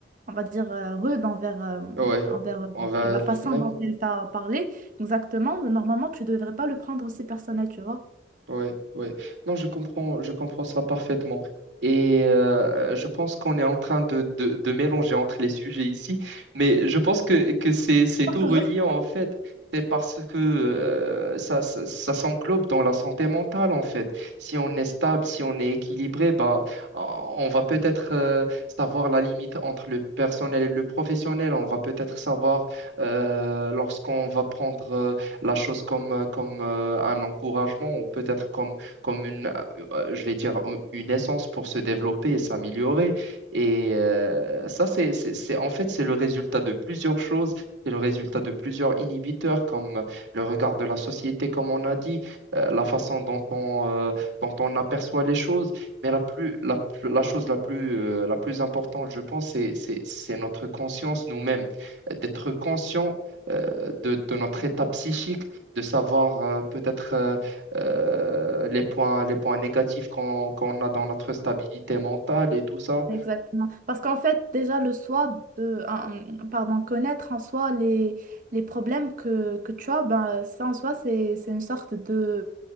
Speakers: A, on the right; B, on the right.
A: on va dire, euh, rude envers, euh,
B: Ouais.
A: envers euh,
B: On va
A: la
B: le
A: façon
B: même.
A: dont elle t'a parlé, exactement, normalement, tu devrais pas le prendre aussi personnel, tu vois.
B: Oui, oui. Non, je comprends, je comprends ça parfaitement. Et euh, je pense qu'on est en train de, de, de mélanger entre les sujets ici, mais je pense que, que c'est, c'est
A: Pas
B: tout
A: toujours.
B: relié en fait. C'est parce que euh, ça, ça, ça s'englobe dans la santé mentale en fait. Si on est stable, si on est équilibré, bah, on va peut-être euh, savoir la limite entre le personnel et le professionnel. On va peut-être savoir euh, lorsqu'on va prendre la chose comme, euh, comme euh, un encouragement ou peut-être comme, comme une, euh, euh, je vais dire, euh, une essence pour se développer et s'améliorer. Et euh, ça, c'est, c'est, c'est- en fait, c'est le résultat de plusieurs choses. C'est le résultat de plusieurs inhibiteurs, comme euh, le regard de la société, comme on a dit, euh, la façon dont on, euh, dont on aperçoit les choses. Mais la plus, la, plus- la chose la plus, euh, la plus importante, je pense, c'est, c'est, c'est notre conscience nous-mêmes, Euh, d'être conscient euh, de, de notre état psychique, de savoir euh, peut-être euh, euh, les points, les points négatifs qu'on qu'on a dans notre stabilité mentale et tout ça.
A: Exactement. Parce qu'en fait, déjà, le soi de, un- pardon, connaître en soi les, les problèmes que, que tu as, ben, ça en soi, c'est, c'est une sorte de,